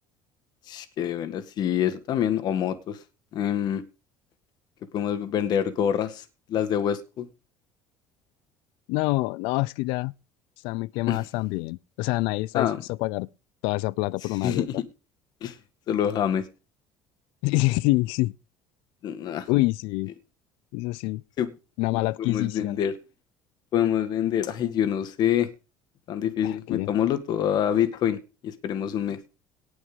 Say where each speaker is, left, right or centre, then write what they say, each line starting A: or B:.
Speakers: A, on the left; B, on the left.
A: Sh, Que bueno, sí, eso también. O motos. Em, que podemos vender gorras, las de Westco.
B: No, no, es que ya están muy quemadas
A: <laughs>
B: también. O sea, nadie está
A: Ah,
B: dispuesto a pagar toda esa plata
A: sí.
B: por una gorra.
A: Solo James.
B: <laughs> Sí, sí, sí.
A: Nah,
B: Uy, sí,
A: ¿Qué,
B: eso sí,
A: qué
B: una mala
A: podemos
B: adquisición.
A: vender? Podemos vender. Ay, yo no sé. Tan difícil.
B: Ah, Que
A: Metámoslo todo a Bitcoin y esperemos un mes.